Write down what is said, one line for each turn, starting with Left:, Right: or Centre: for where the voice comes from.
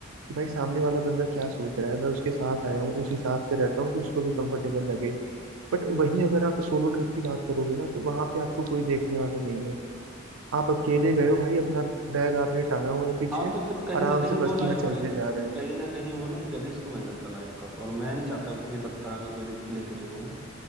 Right: कि भाई सामने वाला बंदा क्या सोच रहा है मैं उसके साथ आया हूँ उस हिसाब से रहता हूँ कि उसको भी कंफर्टेबल लगे बट वहीं अगर आप सोलो ट्रिप की बात करोगे ना तो वहां पे आपको कोई देखने वाला नहीं है आप अकेले गए हो भाई अपना बैग आपने टांगा हुआ है पीछे
Centre: हाँ तो फिर कहीं
Right: आराम
Centre: ना कहीं
Right: से
Centre: वो
Right: मस्ती
Centre: लाइफ
Right: में चलते
Centre: का एक
Right: जा रहे हो
Centre: कहीं ना कहीं वो ना एक रिस्क बन जाता लाइफ का और मैं नहीं चाहता किसी भी तरह का कोई रिस्क लेके चलूं यार